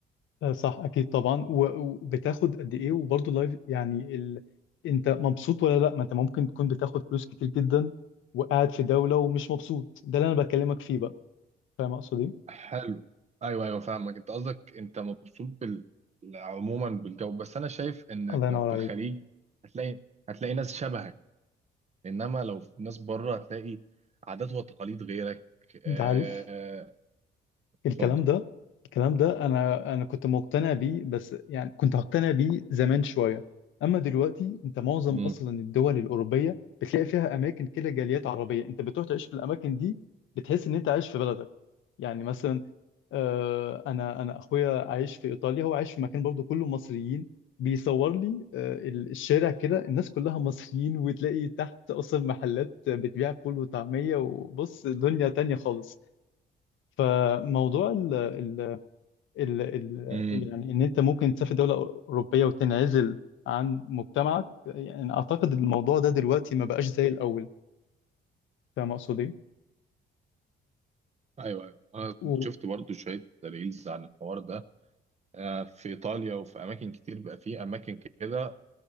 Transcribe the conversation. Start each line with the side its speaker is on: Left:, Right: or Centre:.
Left: آه، صح اكيد طبعا و- وبتاخد قد ايه وبرضه لايف يعني ال... انت مبسوط ولا لا ما انت ممكن تكون بتاخد فلوس كتير جدا وقاعد في دولة ومش مبسوط ده اللي انا بكلمك فيه بقى فاهم اقصد ايه
Right: حلو ايوه ايوه فاهمك انت قصدك انت مبسوط بال عموما بالجو بس انا شايف انك
Left: الله ينور
Right: لو في
Left: عليك
Right: الخليج هتلاقي هتلاقي ناس شبهك انما لو في ناس بره هتلاقي عادات وتقاليد غيرك آه،
Left: انت عارف
Right: اتفضل
Left: الكلام ده الكلام ده انا انا كنت مقتنع بيه بس يعني كنت هقتنع بيه زمان شوية اما دلوقتي انت معظم
Right: امم
Left: اصلا الدول الاوروبية بتلاقي فيها اماكن كده جاليات عربية انت بتروح تعيش في الاماكن دي بتحس ان انت عايش في بلدك يعني مثلا آه، انا انا اخويا عايش في ايطاليا هو عايش في مكان برضو كله مصريين بيصور لي آه، ال- الشارع كده الناس كلها مصريين وتلاقي تحت اصلا محلات بتبيع فول وطعمية وبص دنيا تانية خالص فموضوع ال ال ال ال
Right: امم
Left: يعني ان انت ممكن تسافر دولة اوروبية وتنعزل عن مجتمعك يعني اعتقد الموضوع ده دلوقتي ما بقاش زي الاول فاهم اقصد ايه؟
Right: ايوه ايوه انا كنت
Left: و-
Right: شفت برضو شويه ريلز عن الحوار ده آه، في ايطاليا وفي اماكن كتير بقى في اماكن كده